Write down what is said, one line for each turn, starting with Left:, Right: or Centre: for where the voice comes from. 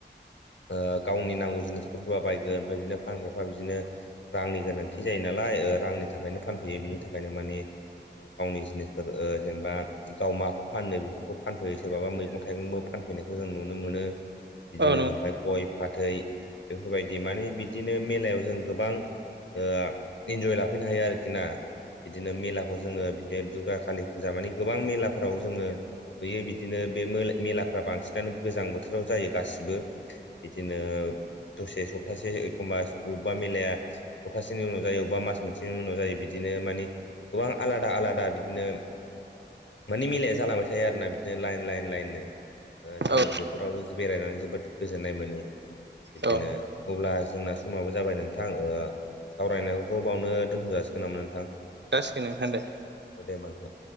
Left: ओ गावनि नांगौ जिनिसखौ सोरबा बायगोन ओमफ्राय बिदिनो फानग्राफ्रा बिदिनो रांनि गोनांथि जायो नालाय ओ रांनि थाखायनो फानफैयो बिनि थाखायनो माने ओ गावनि जिनिसफोर ओ जेनेबा गाव माखौ फानो बेफोरखौ फानफैयो सोरबाबा मैगं-थाइगंबो फानफैनायखौ जों नुनो मोनो बिदिनो
Right: औ नंगौ
Left: ओमफ्राय गय फाथै बेफोर बायदि माने बिदिनो मेलायाव जों गोबां ओ इन्जय लाफैनो हायो आरोखि ना। बिदिनो मेलाखौ जोङो बिदिनो दुर्गा, कालि फुजा माने गोबां मेलाफोराव जोङो नुयो बिदिनो बे मो-मेलाफ्रा बांसिनानो गोजां बोथोराव जायो गासिबो। बिदिनो दसे सप्तासे एखमबा अबेबा मिलाया हप्थासेनि उनाव जायो अबबा मास मोनसेनि उनाव जायो बिदिनो मानि गोबां आलादा आलादा बिदिनो मानि मिलाया जालांबाय थायो आरोना बिदिनो लाइन लाइन लाइननो ओ
Right: औ
Left: जोङो
Right: औ
Left: बेफोरावबो बेरायनानै जोबोद गोजोन्नाय मोनो। बिदिनो
Right: औ
Left: अब्ला जोंना समाबो जाबाय नोंथां ओ। सावरायनायखौ बावनो दोनथ' जाासिगोन नामा नोंथां?
Right: जासिगोन नोंथां दे।
Left: औ दे होमबा नोंथां।